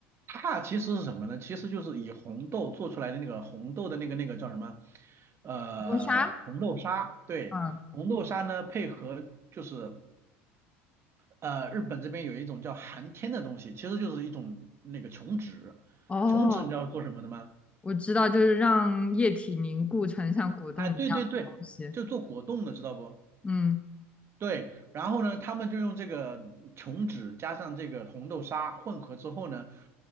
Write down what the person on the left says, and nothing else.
磨砂，
嗯，
哦，
我知道，就是让液体凝固成像果冻一样的东西。
嗯